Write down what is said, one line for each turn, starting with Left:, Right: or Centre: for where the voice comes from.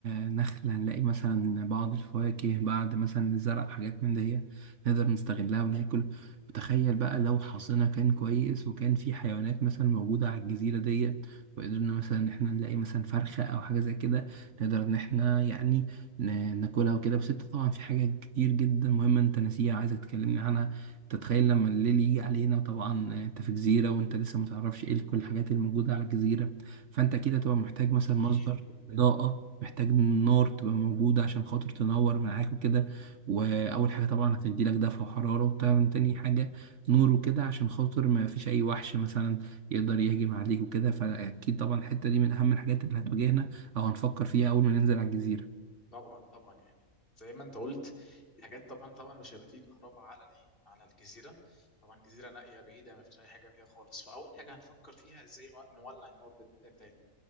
Right: آه، نخل هنلاقي مثلا بعض الفواكه بعد مثلا الزرع حاجات من دي نقدر نستغلها وناكل وتخيل بقى لو حظنا كان كويس وكان في حيوانات مثلا موجودة على الجزيرة دي وقدرنا مثلا ان احنا نلاقي مثلا فرخة او حاجة زي كده نقدر ان احنا يعني ن- ناكلها وكده بس انت طبعا في حاجات كتير جدا مهمة انت ناسيها عايز تكلمني عنها تتخيل لما الليل يجي علينا طبعا آه، انت في جزيرة وانت لسه متعرفش ايه كل الحاجات الموجودة على الجزيرة فانت اكيد هتبقى محتاج مثلا
Left: اكيد
Right: مصدر إضاءة محتاج نار تبقى موجودة عشان خاطر تنور معاك وكده وأول حاجة طبعا هتدي لك دفع وحرارة وطبعا تاني حاجة نور وكده عشان خاطر ما فيش أي وحش مثلا يقدر يهجم عليك وكده فأكيد طبعا الحتة دي من أهم الحاجات اللي هتواجهنا أو هنفكر فيها أول ما ننزل على الجزيرة
Left: طبعا طبعا يعني زي ما انت قلت حاجات طبعا طبعا مش هيبقى فيه كهرباء على الايه على الجزيره طبعا جزيره نائيه بعيده ما فيش اي حاجه فيها خالص فاول حاجه هنفكر فيها ازاي نولع النار بت- بتاعتنا